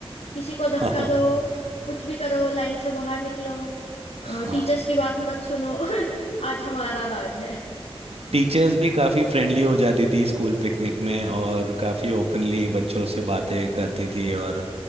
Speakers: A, on the left (about 80°); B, on the right (about 75°).
A: किसी को
B: <laughs>
A: धक्का दो कुछ भी करो लाइन से बाहर निकलो
B: हाँ
A: टीचर्स की बात मत सुनो <laughs> आज हमारा राज है
B: टीचर्स भी काफ़ी फ्रेंडली हो जाती थी स्कूल पिकनिक में और काफ़ी ओपनली बच्चों से बातें करती थी और